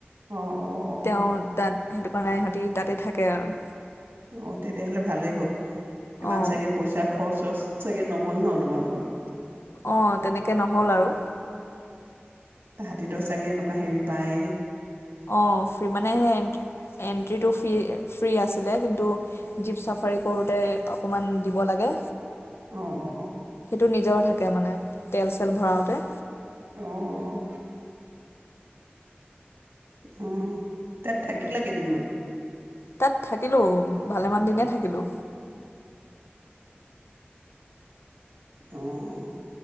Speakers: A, on the right; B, on the left.
A: অ অ অ
B: তেওঁ তাত সেইটো কাৰণে সিহঁতি তাতে থাকে আৰু
A: অহ তেতিয়াহ'লে ভালেই হ'ল, ইমান
B: অঁ
A: চাগে পইচা খৰছ চৰছ চাগে নহল নহ তোমালোকৰ?
B: অহ তেনেকে নহ'ল আৰু
A: তাহাঁতিতো চাগে এনেকুৱা হেৰি পায়।
B: অহ ফ্ৰীকে মানে সেই এণ্ট্ৰিটো ফ্ৰী ফ্ৰী আছিলে কিন্তু জীপ চাফাৰী কৰোঁতে অকণমান দিব লাগে।
A: অহ অহ অহ
B: টো নিজৰো থাকে মানে তেল চেল ভৰাওঁতে
A: অহ অহ তাত থাকিলা কেইদিনমান?
B: তাত থাকিলো ভালেমান দিনে থাকিলো।
A: অহ